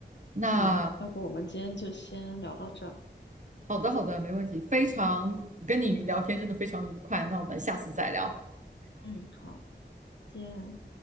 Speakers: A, on the right; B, on the left.
A: 那
B: 嗯，要不我们今天就先聊到这儿
A: 好的，好的，没问题。非常跟你聊天真的非常愉快，那我们下次再聊。
B: 嗯，好，见。